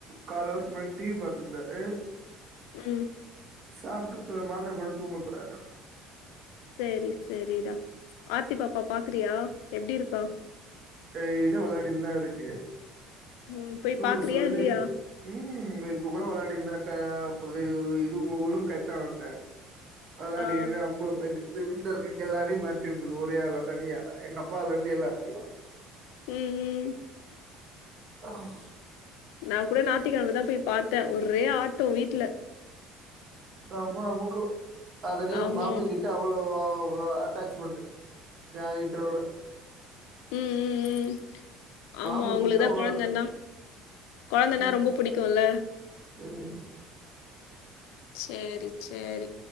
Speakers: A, on the right; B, on the left.
A: கால் அவர்க்கு முன்னாடி டி வி பாத்திருந்தாரு
B: உம்
A: சாப்ட்டு மாத்திரப்போட்டு தூங்க போறாரு
B: சேரி சரிடா ஆர்த்தி பாப்பா பாக்குறியா எப்டி இருக்கா
A: டெய்லியும் வெளையாடின்னு தான் இருக்கு.
B: ம் போய்
A: தூக்க
B: பாக்குறியா
A: சொல்லு
B: இல்லையா
A: உம் இப்ப கூட விளாடிட் தாந்தே இது ஒலும் கை தா வந்த அளாடி
B: ஆ
A: அமுக்குள்ள போய்னு எப்டி வீட்ல இருக்கெங் எல்லாரி மர்ட்டிக்கிது ஒரே ஆளா தனியாளா எங்கப்பால இர்ந்து எல்லா ரியு
B: உம் உம்
A: அஹ்
B: நா கூட நாத்திக்கிழமதா போய் பாத்தே ஒர்ரே ஆட்டோ வீட்ல
A: ரொம்ப அமுக்கு அதுலயே
B: ஆமா
A: மாம
B: ஆமா
A: கிட்ட தவ்ளோவோவோ அட்டாச்மெண்ட்டு யா வீட்டோடு
B: உம் உம் உம் ஆமா
A: மாமி
B: அவங்களுக்தா
A: கூப்ட்டா ஓடுறது
B: கொழந்தன்னா கொழந்தனா
A: ம்
B: ரொம்ப புடிக்குல்ல
A: ம்
B: ச்சேரி ச்சேரி